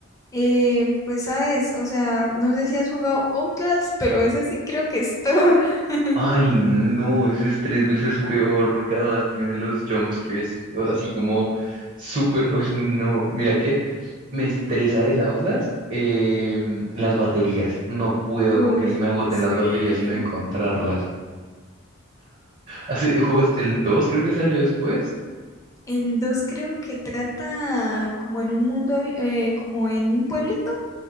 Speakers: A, on the left; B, on the right.
A: eh, pues sabes, o sea, no sé si has jugado Outlast, pero ese sí creo que es peor. <laughs>
B: Ay, no, ese es tres veces peor porque además tiene los jumpscares o- así como súper. Ay, no, mira que me estresa del Outlast em, las baterías. No puedo
A: Uy,
B: con que se me agoten
A: sí.
B: las baterías y no encontrarlas. Hace- ¿Jugaste el 2? Creo que salió después.
A: El dos creo que trata como en un mundo, eh, como en un pueblito.